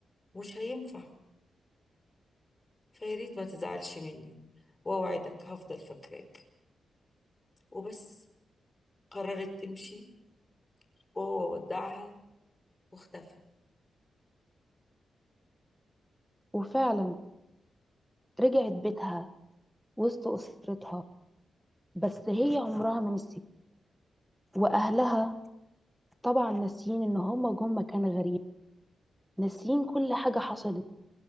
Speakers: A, on the left; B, in the centre.
A: مش هينفع فياريت ما تزعلش مني وأوعدك هفضل فاكراك وبس قررت تمشي وهو ودعها واختفى
B: وفعلا رجعت بيتها وسط اسرتها بس هي عمرها ما نسيت واهلها طبعا ناسيين ان هما جم مكان غريب ناسيين كل حاجه حصلت